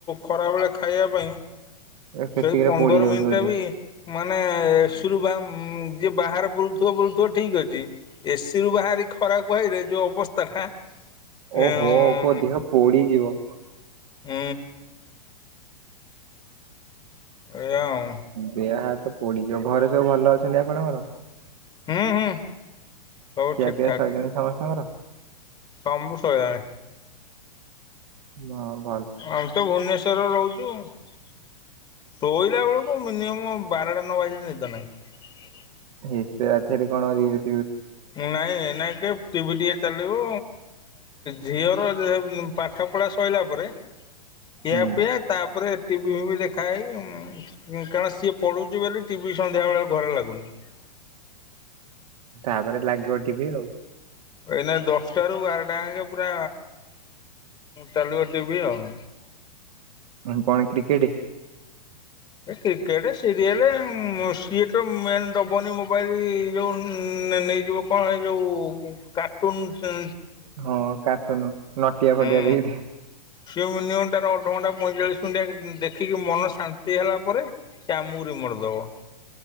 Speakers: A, on the left; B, on the right.
A: ଖରାବେଳେ ଖା ଖାଇବା ପାଇଁ
B: ସେତିକିରେ
A: ସେଇ ପନ୍ଦର
B: ପୋଡି ଯାଉଥିବ
A: ମିନିଟା
B: ଦେହ।
A: ବି ମାନେ ଏସିରୁ ବା ଯିଏ ବାହାରେ ବୁଲୁଥିବ ବୁଲୁଥିବ ଠିକ ଅଛି ଏସିିରୁୁ ବାହାରି ଖରାକୁ ଆଇଲେ ଯେଉଁ ଅବସ୍ଥାଟା।
B: ଓହୋ
A: ଉଁ
B: କୁହ ଦେହ ପୋଡିଯିବ।
A: ହୁଁ। ଏଇଆ ଆଉ
B: ଦେହ ହାତ ପୋଡିଯିବ। ଘରେ ସବୁ ଭଲ ଅଛନ୍ତି ଆପଣଙ୍କର?
A: ହୁଁ ହୁଁ ସବୁ
B: ଖିଆ
A: ଠିକ୍
B: ପିଆ
A: ଠାକ୍।
B: ସଇଲାଣି ସମସ୍ତଙ୍କର।
A: ସବୁ ସଇଲାଣି।
B: ନା।
A: ଆମେ ତ ଭୁବନେଶ୍ୱରରେ ରହୁଛୁ ଶୋଇଲା ବେଳକୁ ମିନିମମ୍ ବାରଟା ନ ବାଜିଲେ ନିଦ ନାହିଁ।
B: ଏତେ ରାତିରେ କଣ ଇଏ।
A: ନାଇଁ ନାଇଁ ଟିକେ ଟିଭି ଟିକେ ଚାଲିବ। ଝିଅର ପାଠ ପଢା ସରିଲା ପରେ ଖିଆ
B: ହୁଁ
A: ପିଆ ତାପରେ ଟିଭି ଟିଭି ଦେଖା ହେଇକି କାରଣ ସିଏ ପଢୁଛି ବୋଲି ଟିଭି ସନ୍ଧ୍ୟାବେଳେ ଘରେ ଲାଗୁନି। ର
B: ତାପରେ ଲାଗିବ ଟିଭି ଆଉ।
A: ଏଇନା ଦଶଟାରୁ ବାରଟା ଆଙ୍କେ ପୁରା। ଚାଲିବ ଟିଭି ଆଉ।
B: ହ କଣ କ୍ରିକେଟେ?
A: ଏ କ୍ରିକେଟ୍ ସିରିଏଲ ଉ ସିଏ ତ ମେନ୍ ଦବନି ମୋବାଇଲ ଯୋଉ ନେ ନେଇଯିବ କଣ ଏଇ ଯୋଉ କାର୍ଟୁନ ଉ
B: ହଁ କାର୍ଟୁନ। ନଟିଆ
A: ହୁଁ
B: ଫଟିଆ ଦେଖି
A: ସେ ମିନିମମ୍ ତାର ଅଧ ଘଣ୍ଟା ପଇଁଚାଳିଶ ମିନିଟ୍ ଆଗ ଦେଖିକି ମନ ଶାନ୍ତି ହେଲା ପରେ ସେ ଆମକୁ ରିମୋଟ ଦେବ।